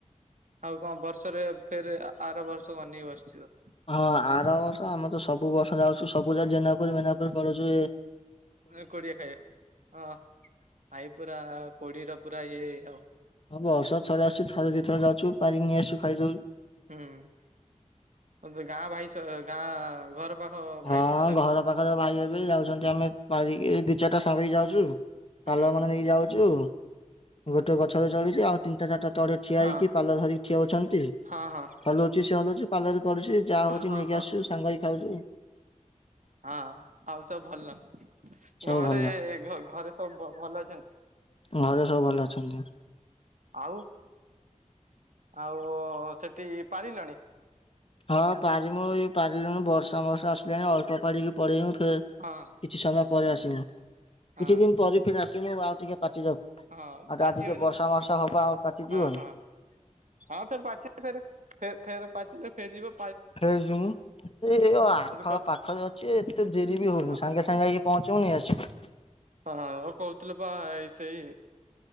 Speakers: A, on the right; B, on the left.
A: ଆଉ କଣ ବର୍ଷରେ ଫେର ଆର ବର୍ଷ ବନେଇକି ବସିଥିବ।
B: ହଁ ଆର ବର୍ଷ ଆମ ତ ସବୁ ବର୍ଷ ଯାଉଚୁ ସବୁ ଯା ଜେନାପୁରୁ ମେନାପୁରୁ ପଡୁଛି।
A: ନା କୋଡିଏ ଖାଏ ହଁ ଆଈ ପୁରା କୋଡିର ପୁରା ଇଏ ଆଉ।
B: ହଁ ବସ ଥରେ ଆସୁଛି ଥରେ ଦି ଥରେ ଯାଉଛୁ ପାରିକି ନେଇ ଆସୁଚୁ ଖାଇଦେଉଚୂ।
A: ହୁଁ ଗାଁ ଭାଇ ସ ଗାଁ ଘର ପାଖ ଭାଇ
B: ହଁ
A: ସରି
B: ଘର
A: ହୁଁ
B: ପାଖରେ ଭାଇ ହେବେ ଯାଉଛନ୍ତି। ଆମେ ପାରିକି ଦି ଚାରିଟା ସାଙ୍ଗ ହେଇ ଯାଉଛୁ ପାଲ
A: ହୁଁ
B: ମାନେ
A: ହଁ।
B: ନେଇକି ଯାଉଛୁ। ଗୋଟେ ଗଛରେ ଚଡିଛି ଆଉ ତିନିଟା ଚାରିଟା ତଳେ ଠିଆ
A: ହଁ
B: ହେଇକି ପାର୍ଲାର ଧରିକି ଠିଆ ହୋଇଛନ୍ତି
A: ହଁ ହଁ
B: ହଲଉଛି ସେ ହଲଉଛି ସେ ପାଲରେ କରୁଛି ଯାହା ହଉଛି
A: ହଁ
B: ନେଇକି
A: ହଁ
B: ଆସୁଛୁ ସାଙ୍ଗଇ ଖାଉଛୁ।
A: ହଁ ଆଉ ସବୁ ଭଲ?
B: ସବୁ
A: ଘରେ
B: ଭଲ।
A: ଘରେ ସବୁ ଭଲ ଅଛନ୍ତି।
B: ଘରେ ସବୁ ଭଲ ଅଛନ୍ତି।
A: ଆଉ ଆଉ ସେଠି ପାରିଲଣି?
B: ହଁ ପାରମୁ ଏ ପାରିଲୁଣି ବର୍ଷା ବର୍ଷ ଆସିଲାଣି ଅଳ୍ପ ପାଡିକି ପଡେଇମୁ। ଫ
A: ହଁ
B: କିଛି ସମୟ ପରେ ଆସି ମୁଁ କିଛି
A: ହଁ
B: ଦିନ ପରେ ଫେରେ ଆସି ମି ଆଉ ଟିକେ ପାଚି ଯାଉ
A: ହଁ
B: ଆ
A: ପାଚି
B: ଆଜି
A: ଯାଉଛୁ
B: ଯେ ବର୍ଷା ମର୍ଷା ହବ ଆମର ପାଚୀ
A: ହଁ
B: ଜୀବନି।
A: ହଁ ହଁ ଫେରେ ପାଚିଲେ ଫେର ଫେର ପାଚିଲେ ଫେରି ଯିବ।
B: ଫେରେ ଯିମୁଁ ଏ ର ଆଖ
A: କହ
B: ପାଖରେ ଅଛି ଏତେ ଦେରି ବି ହଉନି
A: ହଁ
B: ସାଙ୍ଗେ ସାଙ୍ଗେ ହେଇ ପହଞ୍ଚ ପୁଣି ଆସିବୁ।
A: ହଁ ଆଉ କହୁଥିଲ ବା ଏଇ ସେଇ